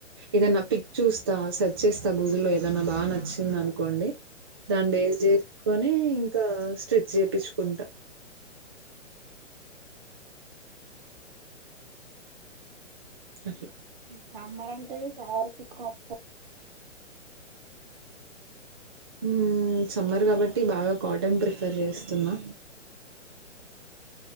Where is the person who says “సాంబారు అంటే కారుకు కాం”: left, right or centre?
Right